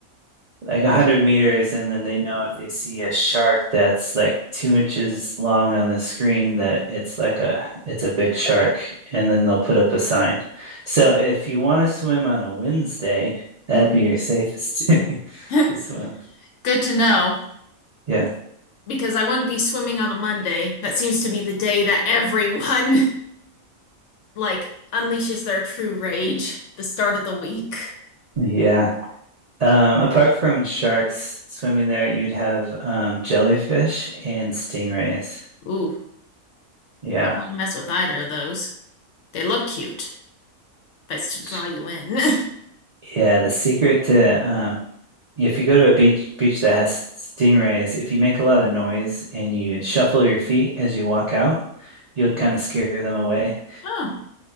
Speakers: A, on the right; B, on the left.
A: like 100 meters, and then they know if they see a shark that's like two inches long on the screen that it's like a it's a big shark, and then they'll put up a sign. So if you want to swim on a Wednesday, that'd
B: hmm
A: be your safest <laughs> day
B: <laughs>
A: to swim.
B: Good to know
A: Yeah.
B: because I wouldn't be swimming on a Monday. That seems to be the day that everyone <laughs> like unleashes their true rage, the start of the week.
A: Yeah. Um, apart from sharks swimming there, you'd have um, jellyfish and stingrays.
B: Ooh,
A: Yeah.
B: don't want to mess with either of those. They look cute. That's to
A: Sh-
B: draw you in. <laughs>
A: Yeah, the secret to um, if you go to a beach beach that has stingrays, if you make a lot of noise and you shuffle your feet as you walk out, you'll kind of scare them away.
B: Oh,